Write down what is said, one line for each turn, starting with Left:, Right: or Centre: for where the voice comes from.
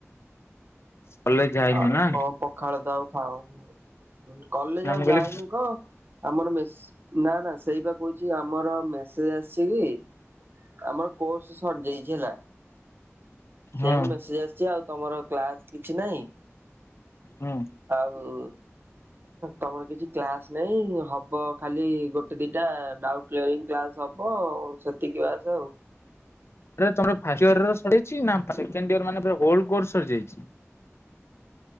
Left: କଲେଜ ଯାଇନୁ
Right: ଆଉ
Left: ନା
Right: କଣ ପଖାଳ ତ ଆଉ ଖାଉନୁ କଲେଜ
Left: ନା ମୁଁ
Right: ଆଉ
Left: କହିଲି
Right: ଯାଇନୁ କହ। ଆମର ମେସ୍ ନା ନା ସେଇପା କହୁଛି ଆମର ମେସେଜ ଆସିଛି କି ଆମର କୋର୍ସ ସରିଯାଇଛି ହେଲା ସେଇଆକୁ
Left: ହଁ
Right: ମେସେଜ ଆସିଛି ଆଉ ତମର କ୍ଲାସ କିଛି ନାହିଁ।
Left: ହୁଁ।
Right: ଆଉ ତମର କିଛି କ୍ଲାସ ନାଇଁ ହବ ଖାଲି ଗୋଟେ ଦିଟା ଡାଉ କ୍ଲାରିଂ କ୍ଲାସ ହବ ସେତିକି ବାସ ଆଉ।
Left: ତମର ଫାଷ୍ଟ ଇୟର ସରିଛି ନା ସେକେଣ୍ଡ ଇଅର ମାନେ ହୋଲ୍ କୋର୍ସ ସରିଯାଇଛି?